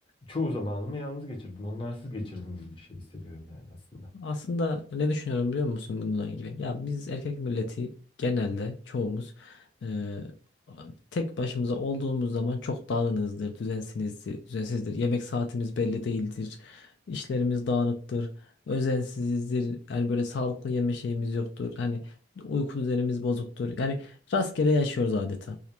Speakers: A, on the left; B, on the left.
A: çoğu zamanımı yalnız geçirdim. Onlarsız geçirdim gibi bir şey hissediyorum yani aslında.
B: Aslında ne düşünüyorum biliyor musun bununla ilgili? Ya biz erkek milleti genelde çoğumuz eee, tek başımıza olduğumuz zaman çok dağınızdır, düzensinizdir, düzensizdir. Yemek saatimiz belli değildir. işlerimiz dağınıktır, özensizdir. Yani böyle sağlıklı yeme şeyimiz yoktur. Hani uyku düzenimiz bozuktur. Yani rastgele yaşıyoruz adeta.